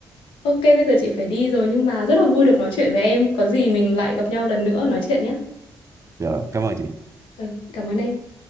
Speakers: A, on the left; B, on the right.
A: Ok, bây giờ chị phải đi rồi nhưng mà rất là vui được nói chuyện với em. Có gì mình lại gặp nhau lần nữa nói chuyện nhé.
B: Dạ rồi cảm ơn chị
A: Ừ, cảm ơn em.